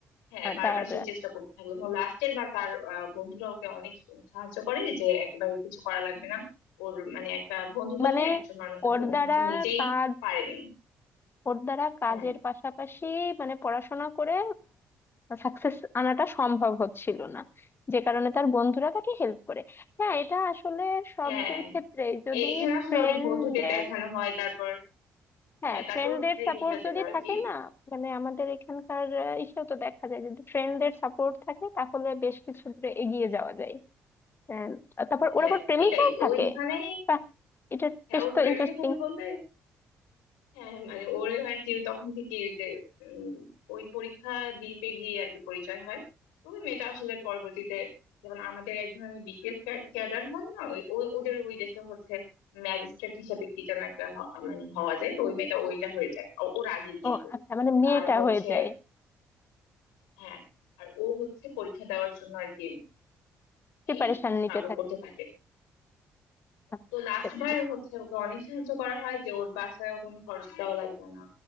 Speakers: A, on the left (about 75°); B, on the left (about 35°).
A: হ্যাঁ
B: আহ,
A: বারবার
B: তার
A: সে চেষ্টা করতে থাকলো এবং লাস্টের বার তার আহ, বন্ধুরা ওকে অনেক সাহায্য করে যে একেবারে কিছু করা লাগবে না ওর মানে একটা বন্ধু বলতে
B: মানে
A: একজন মানুষ আছে
B: ওর
A: উনি
B: দ্বারা
A: হচ্ছে নিজেই
B: কাজ
A: পারেনি
B: ওর দ্বারা কাজের
A: হ্যাঁ
B: পাশাপাশি মানে পড়াশোনা করে সাকসেস আনাটা সম্ভব হচ্ছিল না যে কারণে তার বন্ধুরা তাকে হেল্প করে হ্যাঁ এটা আসলে সব
A: হ্যাঁ
B: যে ক্ষেত্রে যদি
A: এ- এখানে আসলে
B: ফ্রেন্ডদের
A: অনেক বন্ধুদের দেখানো হয় তারপর
B: হ্যাঁ
A: হ্যাঁ তারপর
B: ফ্রেন্ডদের
A: ওর প্রেমিকা
B: সাপোর্ট
A: যেটা
B: যদি
A: আর
B: থাকে
A: কি
B: না মানে আমাদের এখানকার আহ, ইসেও তো দেখা যায় যদি ফ্রেন্ডদের সাপোর্ট থাকে তাহলে বেশ কিছু দূরে এগিয়ে যাওয়া যায় আহ, তারপর ওর
A: হ্যাঁ
B: আবার প্রেমিকাও
A: এটাই
B: থাকে
A: ওইখানে
B: বাহ এটা
A: হ্যাঁ
B: বেশ
A: ওর
B: তো
A: প্রেমিকা
B: ইন্টারেস্টিং
A: থাকে বলতে হ্যাঁ মানে ওরে হয় কি ও তখন থেকে ওই যে উম, ওই পরীক্ষা দিতে গিয়ে আর কি পরিচয় হয় তো ওই মেয়েটা আসলে পরবর্তীতে যেমন আমাদের এক ধরনের বিসিএস ক্যাডার হয় না ওই- ও- ওদের ওই দেশে হচ্ছে ম্যাজিস্ট্রেট হিসেবে কি যেন একটা হ- মানে হওয়া যায় তো ওই মেয়েটা ওইটা হয়ে যায় ও- ওর আগেই কিন্তু
B: ও আচ্ছা মানে মেয়েটা
A: আর হচ্ছে
B: হয়ে যায়
A: হ্যাঁ আর ও হচ্ছে পরীক্ষা দেওয়ার জন্য আর কি
B: প্রিপারেশন
A: এই স্ট্রাগল
B: নিতে থাকে
A: করতে থাকে
B: আচ্ছা,
A: তো
B: বুঝতে
A: লাস্ট
B: পেরেছি।
A: বার হচ্ছে ওকে অনেক সাহায্য করা হয় যে ওর বাসায় কোনো খরচ দেওয়া লাগবে না